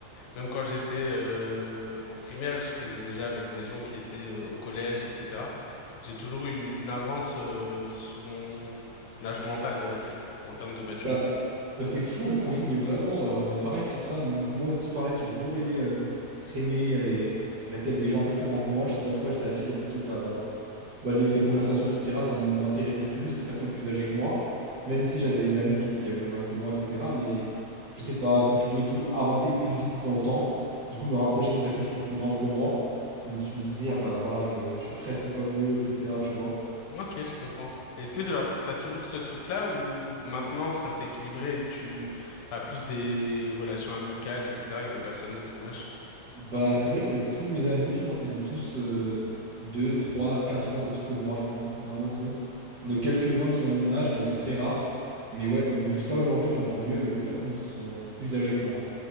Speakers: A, on the left; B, on the right.
A: Même quand j'étais euh, en primaire, je traînais déjà avec des gens qui étaient euh, au collège, etc. J'ai toujours eu une avance euh, sur mon âge mental, on va dire, en termes de maturité.
B: Bah, bah, c'est fou, parce qu'on <laughs> est vraiment, euh, on est pareil sur ça. M- Moi aussi, pareil, j'ai toujours aimé euh, traîner et rester avec des gens un peu plus grands que moi. Je sais pas pourquoi j'étais attiré plutôt par euh, bah, les, les conversations, etc. Ça m'intéressait plus, les personnes plus âgées que moi. Même si j'avais des amis qui étaient, qui avaient le même âge que moi, etc. Mais je sais pas, vu que je voulais toujours avancer plus vite dans le temps, du coup, me rapprocher des personnes qui étaient plus grandes que moi, ça me, je me disais, ah bah voilà, je, je suis presque comme eux, etc. Tu vois.
A: Ok, je comprends. Est-ce que alors t'as toujours ce truc-là ou maintenant ça s'est équilibré, et tu as plus des relations amicales, etc. avec des personnes de ton âge?
B: Bah, c'est vrai que tous mes amis, je pense, ils ont tous euh, 2 3 4 ans de plus que moi, je pense. Vraiment tous. J'en ai quelques-uns qui ont mon âge, mais c'est très rare. Mais ouais, hum, jusqu'à aujourd'hui, je m'entends mieux avec les personnes qui sont plus âgées que moi.